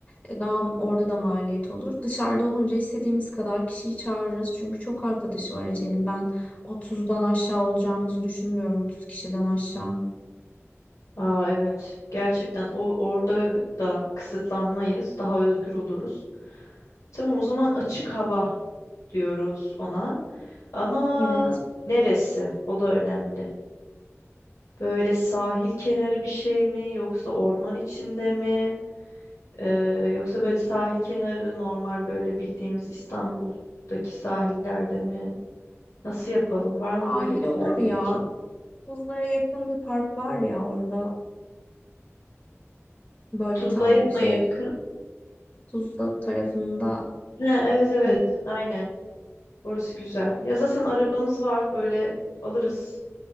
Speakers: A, on the left; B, on the left.
A: E, Daha orada da maliyet olur. Dışarıda olunca istediğimiz kadar kişiyi çağırırız. Çünkü çok arkadaşı var Ece'nin. Ben 30'dan aşağı olacağımızı düşünmüyorum. 30 kişiden aşağı.
B: Aa evet. Gerçekten o orada da kısıtlanmayız. Daha özgür oluruz. Tamam o zaman açık hava diyoruz ona. Ama
A: Evet.
B: neresi? O da önemli. Böyle sahil kenarı bir şey mi yoksa orman içinde mi? Ee, yoksa böyle sahil kenarı normal böyle bildiğimiz İstanbul'daki sahillerde mi? Nasıl yapalım? Var mı
A: Sahil
B: böyle güzel
A: olur
B: bir
A: ya.
B: mekan?
A: Tuzla'ya yakın bir park var ya orada. Böyle
B: Tuzla'ya
A: tam
B: mı
A: şey
B: yakın?
A: Tuzla tarafında
B: Ha, evet evet
A: Hı,
B: aynen. Orası güzel. Ya zaten arabamız var böyle alırız